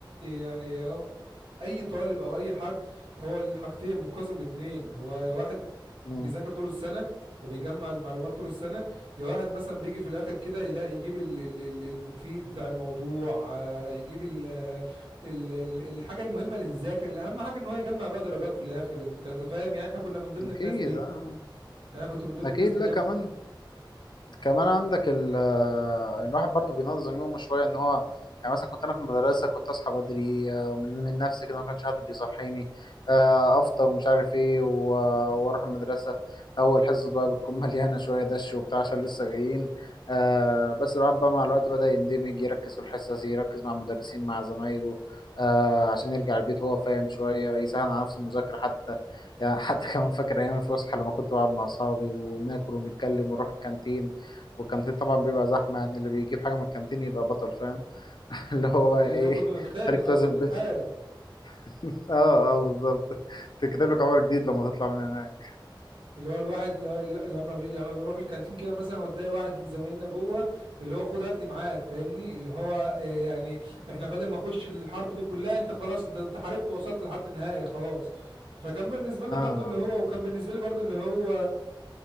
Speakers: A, on the right; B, on the left.
A: يعني هو- اي طالب او اي حد هو الحاجتين منقسم لاتنين هو واحد
B: مم.
A: بيذاكر طول السنة وبيجمع المعلومات طول السنة يا واحد مثلا بيجي في الآخر كده يلاقي يجيب ال- ال- ال- المفيد بتاع الموضوع آه، يجيب ال ال ال الحاجة المهمة اللي تتذاكر الأهم حاجة إن هو يجمع بقى درجات في الآخر أنت أنت فاهم يعني إحنا كنا من ضمن
B: أكيد
A: الناس دي
B: آه.
A: أنا كنت من ضمن
B: أكيد
A: الناس دي
B: لا
A: جامد
B: كمان كمان عندك ال آه، الواحد برضو بينظم يومه شوية ان هو يعني مثلا كنت انا في المدرسة كنت اصحى بدري آه، من من نفسي كده ما كانش حد بيصحيني آه، افطر ومش عارف ايه و- واروح المدرسة اول حصص بقى بتكون <laughs> مليانة شوية دش وبتاع عشان لسه جايين آه، بس الواحد بقى مع الوقت بدأ يندمج يركز في الحصص يركز مع المدرسين مع زمايله آه، عشان يرجع البيت وهو فاهم شوية يسهل على نفسه المذاكرة حتى يعني <laughs> حتى كمان فاكر أيام الفسحة لما كنت بقعد مع أصحابي وناكل ونتكلم ونروح الكانتين والكانتين طبعا بيبقى زحمة يعني اللي بيجيب حاجة من الكانتين يبقى بطل فاهم <laughs> اللي هو بقى
A: اللي
B: ايه
A: هو كنت بنتخانق
B: خليك
A: أصلا
B: توازن
A: بتحارب
B: بين <laughs> اه اه بالظبط تكتب لك عمر جديد لما تطلع من هناك
A: اللي هو الواحد ل- ل- لما بي لما بيروح الكانتين كده مثلا وتلاقي واحد من زمايلنا جوه اللي هو خد هات لي معاك فاهمني اللي هو آه، يعني احنا بدل ما اخش الحرب دي كلها انت خلاص انت انت حاربت ووصلت لحد النهاية خلاص فكان بالنسبة لنا
B: اه
A: برضو
B: آه.
A: اللي هو وكان بالنسبة لي برضو اللي هو